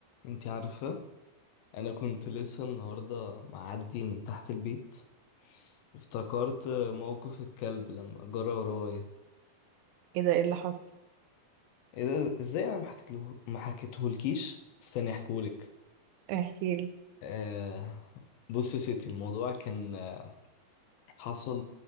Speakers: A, on the left; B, on the right.
A: انتي عارفة انا كنت لسه النهاردة معدي من تحت البيت افتكرت موقف الكلب لما جرى ورايا
B: ايه ده ايه اللي حصل
A: ايه ده ازاي انا ما حكيتله ما حكيتهولكيش استني احكولك
B: احكي لي
A: آه بص يا ستي الموضوع كان آه، حصل